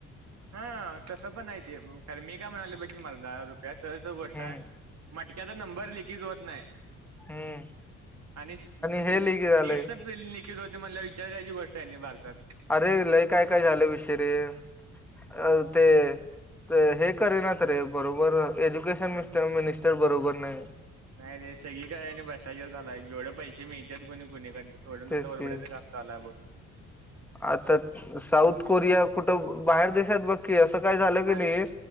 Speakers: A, on the right; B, in the centre.
A: हा तसं पण नाहीती खर मी काय म्हणाले बघ तुम्हाला दहा रुपया सरस गोष्टा
B: हम्म
A: मट की आता नंबर ललेखित होत नाही
B: हम्म
A: आणि नीट
B: हे लई झालंय
A: तर नििकल हो मला विचारायची गोष्ट आहे नाही भारतात
B: अरे लय काय काय झालं विशरे अ ते तर हे करे ना तर रे बरोबर एज्युकेशन मिर मिनिस्टर बरोबर नाही
A: नाही रे सगळी काय आहे बस्टावरचालाय जेवढे पैसे मिळतात कोणी कोुणीक थडंुसरबडं
B: तेच की
A: काम आलाय
B: आता साऊथ कोरिया कुठं बाहेर देशात बघकी अस अस काही झालं की
A: अरे
B: नाही